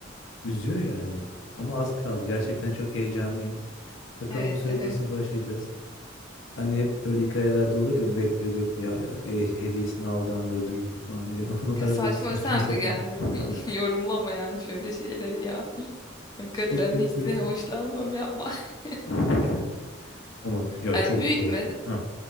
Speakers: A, on the left (about 75°); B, on the left (about 20°).
A: Üzüyor yani. Ama az kaldı. Gerçekten çok heyecanlıyım. Bakalım
B: Evet
A: bu süreci
B: evet.
A: nasıl başlayacağız. Hani hep böyle hikayelerde olur ya bekle bekle ya- e, hediyesini aldı an öldü gitti falan diye. <laughs> O tarz
B: Ya saçma
A: böyle saçma
B: sen
A: sapan.
B: de yani
A: <laughs>
B: bu- <laughs> yorumlama yani şöyle şeyleri ya. Hakikaten
A: Şaka yapıyorum.
B: hiç de hoşlanmam yapma. <laughs>
A: <laughs> Ama ya
B: Ay
A: çok
B: büyütme
A: zordu. Ha,